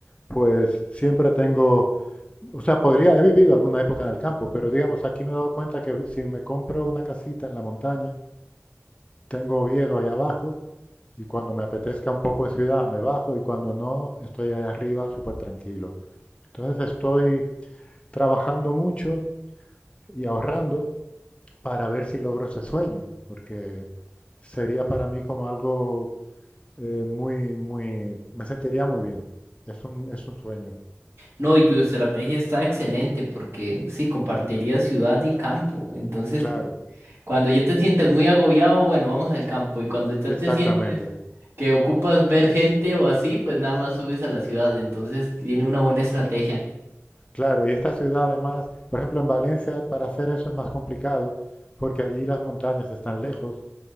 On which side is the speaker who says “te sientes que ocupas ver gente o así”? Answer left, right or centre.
Right